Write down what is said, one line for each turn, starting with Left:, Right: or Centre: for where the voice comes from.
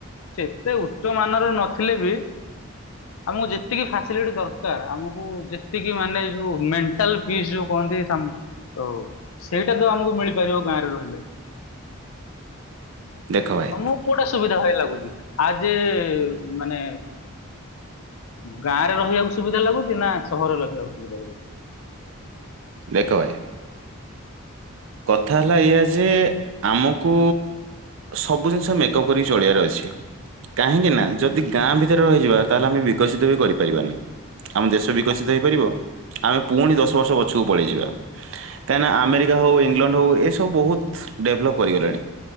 Left: ଏତେ ଉଚ୍ଚ ମାନର ନଥିଲେ ବି ଆମକୁ ଯେ ଯେତିକି ଫାସିଲିଟି ଦରକାର ଆମୁକୁ ଯେତିକି ମାନେ ଯୋଉ ମେଣ୍ଟାଲ ପିସ୍ ଯୋଉ କହନ୍ତି ଉ ସ୍ ସେଇଟା ତ ଆମକୁ ମିଳିପାରିବ ଗାଁରେ ରହିଲେ।
Right: ଦେଖ ଭାଇ
Left: ତ ମୁଁ କୋଉଟା ସୁବିଧା ଭାଇ ଲାଗୁଚି? ଆଜି ଇ ମାନେ ଗାଁରେ ରହିବାକୁ ସୁବିଧା ଲାଗୁଚି ନାଁ ସହରରେ ରଖିବାକୁ ସୁବିଧା ଲାଗୁଚି
Right: ଦେଖ ଭାଇ କଥା ହେଲା ଏଇଆ ଯେ ଆମକୁ ସବୁ ଜିନିଷ ମେକଅପ୍ କରିକି ଚଳିବାର ଅଛି କାହିଁକି ନାଁ ଯଦି ଗାଁ ଭିତରେ ରହିଯିବା ତାହେଲେ ଆମେ ବିକଶିତ ବି କରିପାରିବାନି। ଆମ ଦେଶ ବିକଶିତ
Left: ହଁ,
Right: ହେଇପାରିବ ଆମେ ପୁଣି ଦଶ ବର୍ଷ ପଛକୁ ପଳେଇଯିବା କାହିଁକିନା ଆମେରିକା ହଉ ଇ ଇଂଲଣ୍ଡ ହଉ ଏସବୁ ବୋହୁତ ଡେଭଲପ୍ କରିଗଲେଣି।